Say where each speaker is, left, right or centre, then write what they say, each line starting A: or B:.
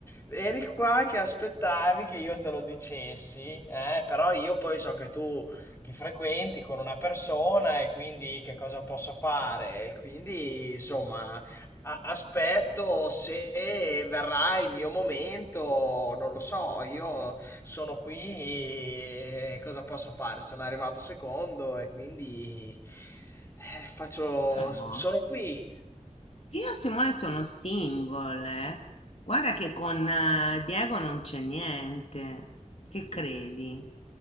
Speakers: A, on the left (about 20°); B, on the left (about 55°).
A: eri qua che aspettavi che io te lo dicessi, eh? Però io poi so che tu ti frequenti con una persona e quindi che cosa posso fare? E Quindi, insomma, a- aspetto se verrà il mio momento, non lo so, io sono qui e cosa posso fare? Sono arrivato secondo e quindi... Eh, faccio...
B: Ma
A: s-
B: no.
A: Sono qui,
B: Io e Simone sono single, eh. Guarda che con eh, Diego non c'è niente. Che credi?